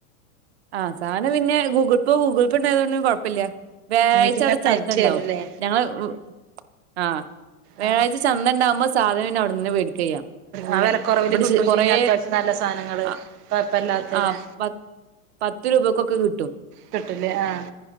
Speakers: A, on the right; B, on the right.
A: ആഹ് സാനം പിന്നെ ഗൂഗിൾ പേ ഗൂഗിൾ പേ ഉണ്ടായതുകൊണ്ടും കുഴപ്പല്ല വ്യാഴ്ച
B: ഇമ്മീറ്റ് ഇങ്ങനെ
A: ആടെ ചന്ത
B: അയച്ച്
A: ഇണ്ടാവും
B: തരൂല്ലേ
A: ഞങ്ങള് ളു ആഹ് വ്യാഴാഴ്ച
B: ആഹ്
A: ചന്ത ഇണ്ടാവുമ്പോ സാധന് നം അവിടുന്ന് വേടിക്ക ചെയ്യാ, പിന്നെ
B: ആ വെലക്കൊറവില്
A: ഇവിടെ
B: കിട്ടും
A: ശ് കൊറേ
B: ചെയ്യും അത്യാവശ്യം നല്ല സാധനങ്ങള്
A: ആ
B: കൊഴപ്പല്ലാത്തത്
A: ആഹ് പത് പത്ത് രൂപക്കൊക്കെ കി
B: കിട്ടൂലേ ആഹ്